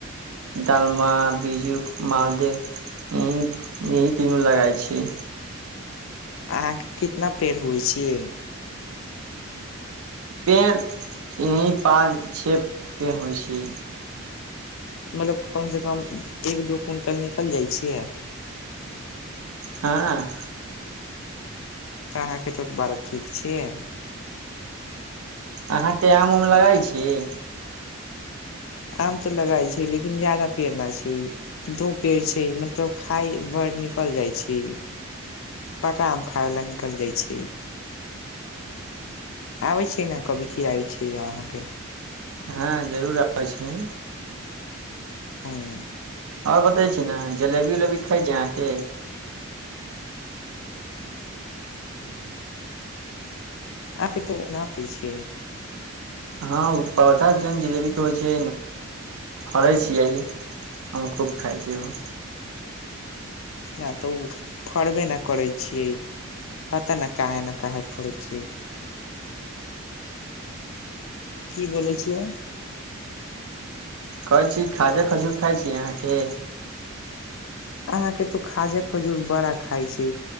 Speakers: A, on the right (about 85°); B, on the left (about 70°).
A: डालमा बीजु मालदेव ई ई तीनू लगाय छी
B: अहाँके कितना पेड़ होइ छियै
A: पेड़ यही पाँच छे पेड़ होइ छै
B: मतलब कम से कम एक दू क्विंटल निकल जाइ छियै
A: हँ
B: तऽ अहाँके तो बड़ा ठीक छियै
A: अहाँके आम उम लगै छीयै
B: आम तऽ लगाइ छै लेकिन ज्यादा पेड़ ना छि दू पेड़ छै मतलब खाय भरि निकल जाइ छि पक्का आम खायला निकल जाइ छै आबै छै ने कभी खिआइ आबै छै अहाँके
A: हँ जरूर आबै छी
B: हँ
A: आओर बतै छी ने जलेबी उलेबी खाय छी अहाँके
B: आ के त न पै छै
A: हँ ओ पौधा जौन जिलेबी के होइ छै फड़ै छियै हम खूब खाय छी ओ
B: नहि तऽ ओ फड़बे नहि करै छियै पता ने काहे ने काहे फड़ै छियै की बोले छियै
A: कहै छी खाजा खजूर खाय छी अहाँके
B: अहाँके तो खाजा खजूर बड़ा खाय छै